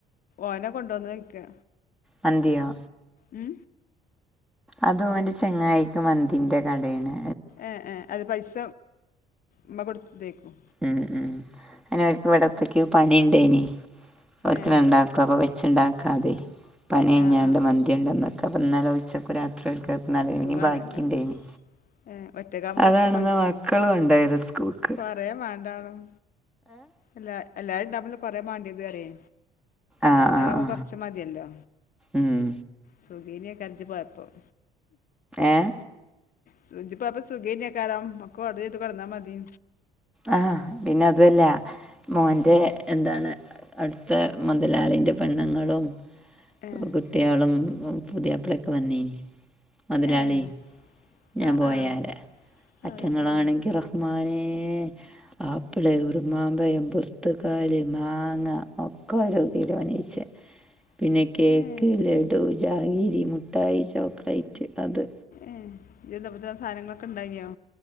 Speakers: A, on the left; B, in the centre.
A: ഓനെ കൊണ്ടോന്നൊ ചോയിക്ക
B: മന്തിയോ
A: ഉം
B: അത് ഓന്റെ ചങ്ങായിക്ക് മന്തിൻ്റെ കടേണ്
A: ഏഹ്ഏഹ് അത് പൈസ ഉമ്മ കൊടുത്തത്തേക്കും
B: ഉം ഉം അയിനവർക്ക് ഇവിടത്തക്കെ പണിണ്ടേയ്നി. അവർക്ക്
A: ഏ
B: രണ്ടാ ക്കും അപ്പം വെച്ചുണ്ടാക്കാതെ പണി കയിഞ്ഞാണ്ട്
A: ആ ആ
B: മന്തി കൊണ്ടെന്നക്കാ അപ്പന്നലെ ഉച്ചക്കും രാത്രിയൊക്കെ ന്നാണ്ട് പിന്നെ
A: സുഖാണല്ലോ
B: ഞ് ബാക്കിണ്ടായിനി.
A: ഏ ഒറ്റക്കാകുമ്പോൾ
B: അതാണ്
A: കുറച്ച്
B: ന്ന് മക്കള് കൊണ്ടയ് ത് സ്കൂക്.
A: കൊറേ വാണ്ടാണും. എല്ലാ എല്ലാരുംണ്ടാവുമ്പളല്ലേ കൊറേ മാണ്ട്യത് പറിയെ
B: ആ
A: രണ്ടാളാവുമ്പോ
B: ആ ആ
A: കൊറച്ച് മതിയല്ലോ
B: ഉം
A: സുഖേന്യേക്കാരം ജ്ജ് പോയപ്പം
B: ഏഹ്?
A: സു ഇജ്ജ് പോയപ്പോ സുഗേയിനെക്കാരം ഒക്ക ഓർഡർ ചെയ്തു കൊടന്നാ മതി
B: ആഹ് പിന്നതുവല്ല മോന്റെ
A: ഉം
B: എന്താണ് അടുത്ത മൊതലാളിൻ്റെ പെണ്ണുങ്ങളും
A: ഏഹ്
B: കു ട്ട്യാളും പുതിയാപ്പളൊക്കെ വന്നീനി മുതലാള്യേ.
A: ഏഹ്
B: ഞാൻ
A: ആഹ്
B: പോയാരെ
A: ആഹ്
B: അറ്റങ്ങളാണെങ്കി
A: ആഹ് ആഹ്
B: റ ഹ്മാനേ ആപ്പിള് ഉറുമാമ്പയം ബുർത്ക്കാല് മാങ്ങ ഒക്കെ ഓരോ കിലോനീച്ചെ
A: <inaudible>
B: പിന്നെ കേക്ക്,
A: ഏഹ്
B: ലഡു, ജാഗിരി മുഠായി, ചോക്ലേറ്റ്, അത്
A: ഏഹ് ഇജ്ജ് ചെന്നപ്പത്തിന് ആ സാനങ്ങളൊക്കെ ഉണ്ടായിന്യോ?